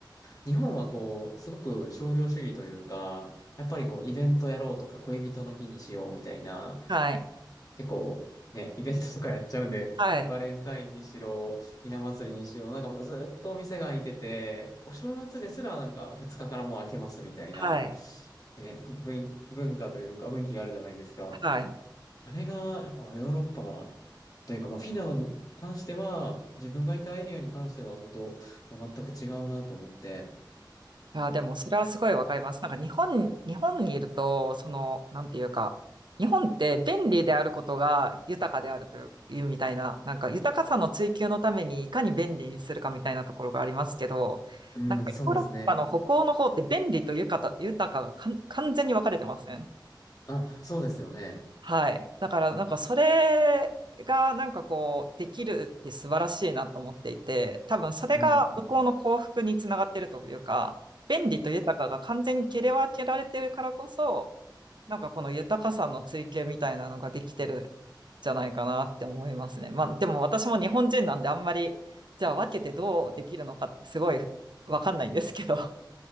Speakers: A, on the left; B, on the right.
A: 日本はこう、すごく商業主義というか、やっぱりこう、イベントやろうとか、恋人の日にしようみたいな、
B: はい。
A: 結構、ね、イベントとかやっちゃうんで、
B: はい。
A: バレンタインにしろ、ひな祭りにしろ、なんかもうずっとお店が開いてて、お正月ですらなんか2日かからもう開けますみたいな、
B: はい。
A: ね、ぶ文文化というか雰囲気があるじゃないですか。
B: はい。
A: あれが、やっぱヨーロッパというか、まあ、フィンランドに関しては、自分がいたエリアに関しては、こと、もう全く違うなと思って。
B: あー、でもそれはすごいわかります。なんか日本、日本にいると、その、なんていうか、日本って便利であることが豊かであるという、いうみたいな、なんか豊かさの追求のためにいかに便利にするかみたいなところがありますけど、
A: うん、
B: なんかヨーロッパの北欧の方って便利と豊か、
A: そうですね。
B: 豊かがかん完全に分かれてません
A: あ、そうですよね。
B: はい。だから、なんかそれが、なんかこう、できるって素晴らしいなと思っていて、多分それが向こうの幸福につながってるというか、
A: うん、うん
B: 便利と豊かが完全に切り分けられてるからこそ、なんかこの豊かさの追求みたいなのができてるんじゃないかなって思いますね。まあ、でも私も日本人なんであんまり、じゃあ分けてどうできるのかってすごいわかんないんですけど。<laughs>